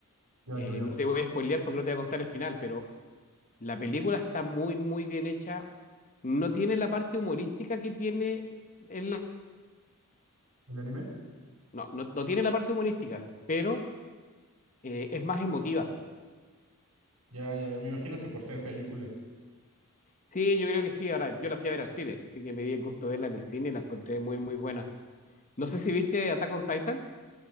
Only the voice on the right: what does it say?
Ya,
ya veo.
¿El anime?
ya, ya, veo, me imagino que por ser película.